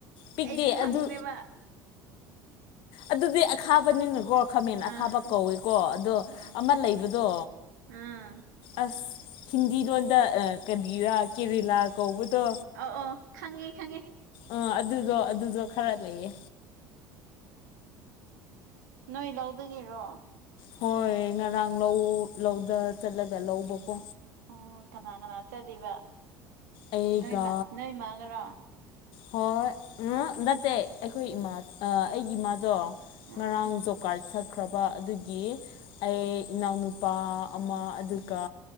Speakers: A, on the left; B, on the right.
A: ꯄꯤꯛꯇꯦ
B: ꯑꯩꯁꯨ ꯈꯪꯗꯦꯕ
A: ꯑꯗꯨ ꯑꯗꯨꯗꯤ ꯑꯈꯥꯕꯅꯤꯅꯀꯣ ꯈꯥꯃꯦꯟ
B: ꯑꯥ
A: ꯑꯈꯥꯕ ꯀꯧꯏꯀꯣ ꯑꯗꯣ
B: ꯎꯝ
A: ꯑꯃ ꯂꯩꯕꯗꯣ
B: ꯎꯝ
A: ꯑꯁ ꯍꯤꯟꯗꯤ ꯂꯣꯟꯗ ꯀꯟꯕꯤꯔꯥ ꯀꯦꯔꯦꯂꯥ ꯀꯧꯕꯗꯣ
B: ꯑꯧ ꯑꯣ ꯈꯪꯉꯦ ꯈꯪꯉꯤ
A: ꯑꯥ ꯑꯗꯨꯗꯣ ꯑꯗꯨꯗꯣ ꯈꯔ ꯂꯩꯌꯦ
B: ꯅꯣꯏ ꯂꯧꯗꯒꯦꯔꯣ
A: ꯍꯣꯏ ꯉꯔꯥꯡ ꯂꯧ ꯂꯧꯗ ꯆꯠꯂꯒ ꯂꯧꯕꯀꯣ
B: ꯑꯣ ꯀꯅꯥ ꯀꯅꯥ ꯆꯠꯂꯤꯕ
A: ꯑꯩꯒ
B: ꯅꯣꯏ ꯅꯣꯏꯃꯛꯒꯔꯣ
A: ꯍꯣꯏ ꯅꯠꯇꯦ ꯑꯩꯈꯣꯏ ꯏꯃꯥ ꯑꯩꯒꯤ ꯏꯃꯥꯗꯣ
B: ꯎꯝ
A: ꯉꯔꯥꯡ ꯖꯣ ꯀꯥꯔꯠ ꯁꯛꯈ꯭ꯔꯕ ꯑꯗꯨꯒꯤ ꯑꯩ ꯏꯅꯥꯎꯅꯨꯄꯥ ꯑꯃ ꯑꯗꯨꯒ